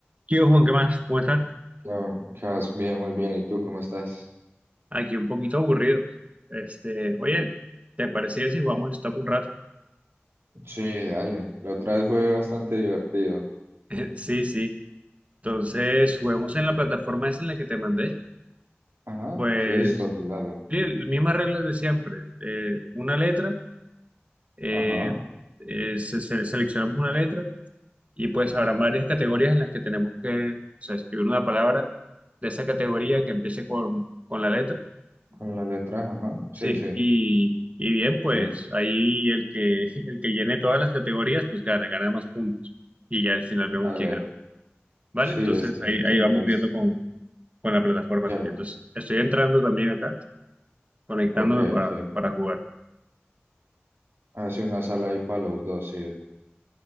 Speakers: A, on the right; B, on the right.
A: ¿Qué hubo, Juan? ¿Qué más? ¿Cómo estás?
B: No, que vas bien, muy bien. ¿Y tú cómo estás?
A: Aquí un poquito aburrido. Este, oye, ¿te parecía si jugamos Stop un rato?
B: Sí, dale. La otra vez fue bastante divertido.
A: <laughs> Sí, sí. Entonces, juguemos en la
B: Sí.
A: plataforma esa en la que te mandé.
B: Ajá,
A: Pues,
B: sí, listo, dale.
A: sí, el- mismas reglas de siempre. Eh, una letra, eh,
B: Ajá,
A: eh, se- se- seleccionamos una letra y pues habrán varias categorías
B: sí.
A: en las que tenemos que, o sea, escribir una palabra de esa categoría que empiece con, con la letra.
B: Con la letra, ajá. Sí,
A: Sí,
B: sí.
A: y, y bien,
B: Ok.
A: pues ahí el que, el que llene todas las categorías, pues gana, gana más puntos. Y ya al final vemos
B: Dale.
A: quién gana. ¿Vale?
B: Sí,
A: Entonces
B: este, entonces.
A: ahí, ahí vamos viendo con, con la plataforma
B: Ya,
A: también.
B: ya.
A: Entonces estoy entrando también acá, conectándome
B: Ok,
A: para,
B: sí.
A: para jugar.
B: Hace una sala ahí para los dos, sí.